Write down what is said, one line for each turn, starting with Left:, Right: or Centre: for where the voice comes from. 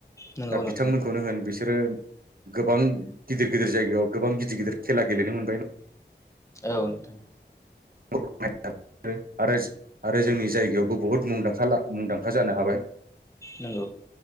Left: नंगौ
Right: दा बिथांमोनखौनो
Left: नोंथां
Right: होन बिसोरो, गोबां गिदिर गिदिर जायगायाव गोबां गिदिर गिदिर खेला गेलेनो मोनबाय,
Left: औ नोंथां
Right: <unintelligible> आरो आरो जोंनि, जायगायावबो बुहुद मुंदांखा मुंदांखा जानो हाबाय।
Left: नंगौ